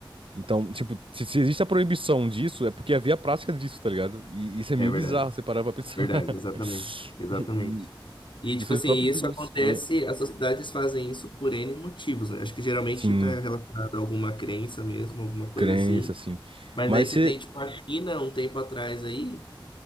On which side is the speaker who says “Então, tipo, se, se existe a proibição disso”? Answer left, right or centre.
Right